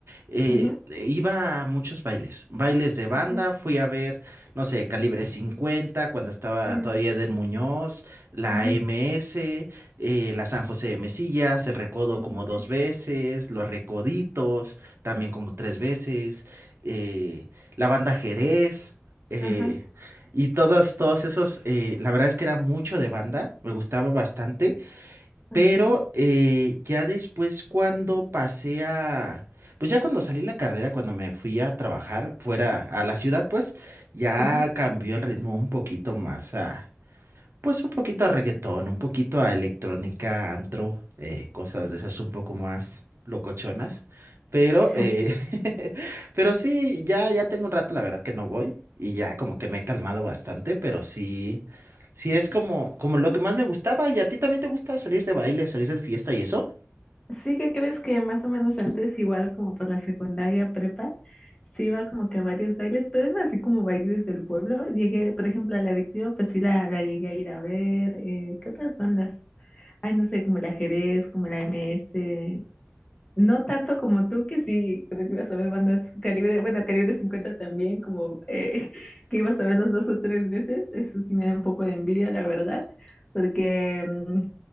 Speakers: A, on the right (about 60°); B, on the left (about 20°).
A: eh,
B: Ujú,
A: iba a muchos bailes, bailes de banda,
B: ok.
A: fui a ver, no sé, Calibre cincuenta cuando estaba
B: Ujú,
A: todavía Eden Muñoz, la
B: ujú,
A: MS, eh, la San José de Mesillas, el Recodo
B: ujú,
A: como dos
B: Sí.
A: veces, los Recoditos también como tres veces, eh, la banda Jerez. eh,
B: Ajá.
A: y todos, todos esos, eh, la verdad es que era mucho de banda, me gustaba bastante,
B: Ok.
A: pero eh, ya después cuando pasé a, pues ya cuando salí de la carrera, cuando me fui a trabajar fuera a la ciudad, pues ya
B: Ujú.
A: cambió el ritmo un poquito más a, pues un poquito a reggaetón, un poquito a electrónica, antro, eh, cosas de esas un poco más locochonas. Pero,
B: <laughs>
A: eh, <laughs> pero sí, ya, ya tengo un rato, la verdad, que no voy. Y ya como que me he calmado bastante, pero sí, sí es como, como lo que más me gustaba. ¿Y a ti también te gusta salir de baile, salir de fiesta y eso?
B: Sí que crees que más o menos antes, igual como por la secundaria prepa, sí iba como que a varios bailes, pero eran así como bailes del pueblo. Llegué, por ejemplo, a la adictiva, pues sí la, la llegué a ir a ver. eh, ¿qué otras bandas? Ay, no sé, como el ajedrez, como la M S no tanto como tú, que sí, creo que ibas a ver bandas calibre, bueno, calibre 50 también, como eh, <laughs> que ibas a verlos dos o tres veces, eso sí me da un poco de envidia, la verdad, porque, mm,